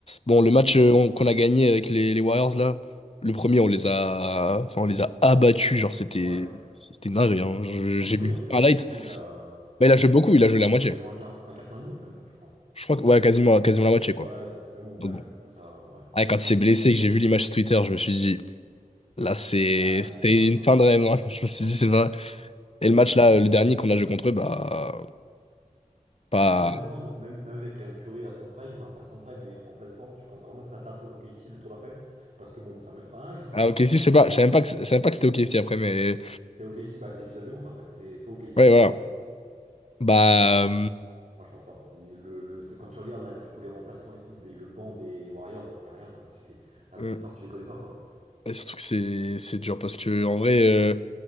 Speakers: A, on the left; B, on the right.
A: bon, le match euh, on- qu'on a gagné avec les, les Warriors, là, le premier, on les a, enfin, on les a abattus. Genre, c'était,
B: Ouais.
A: c'était une dinguerie. hein. Je-
B: Sans
A: J'ai
B: Curry
A: vu
B: en plus,
A: un
B: parce
A: light.
B: que du coup il a.
A: Bah, il a joué beaucoup,
B: Il a
A: il
B: joué
A: a joué
B: quoi?
A: la moitié.
B: Il a joué un quart, un quart temps et demi, même pas, je crois.
A: Je crois que, ouais, quasiment, quasiment la moitié,
B: Ouais,
A: quoi.
B: donc, mais bon,
A: Donc,
B: quand même, du coup, ça, ouais.
A: Ah, quand il s'est blessé, que j'ai vu l'image sur Twitter, je me suis dit, là, c'est
B: Ah, ouais,
A: c'est
B: c'est dommage,
A: une
B: quoi.
A: fin de rêve. hein. <laughs> Je me suis dit, c'est vrai. Et
B: Ouais.
A: le match, là, le dernier qu'on a joué contre eux, bah, pas.
B: Après, honnêtement, de- même, même avec un Curry à son prime, enfin, pas à son prime, mais en pleine forme, tu penses vraiment que ça tape OKC le tour d'après? Parce que bon, ça met, enfin, je sais
A: Ah,
B: pas
A: ok,
B: si
A: si,
B: avec
A: je sais
B: les
A: pas.
B: Nuggets,
A: Je savais
B: mais
A: même pas que, je savais même pas que c'était ok, si, après, mais.
B: c'est OKC, bah, c'est finale de conf après. C'est soit OKC,
A: Ouais,
B: soit
A: voilà.
B: Nuggets.
A: Bah.
B: Moi, je pense pas. Il- Le, le- c'est- quand tu regardes, là, les- du coup, les remplaçants et tout, des, le banc des Warriors, y a rien, quoi. Tu les- la
A: euh,
B: plupart, tu les connais pas, quoi.
A: Et surtout que c'est c'est dur parce que en vrai euh,